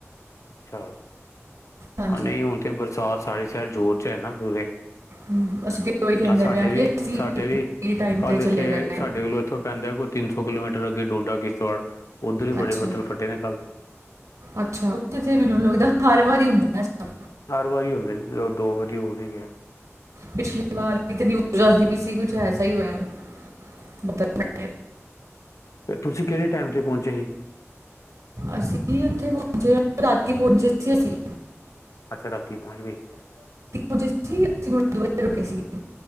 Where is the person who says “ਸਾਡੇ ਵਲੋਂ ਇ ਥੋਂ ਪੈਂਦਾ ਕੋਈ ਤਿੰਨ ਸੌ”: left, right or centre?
Left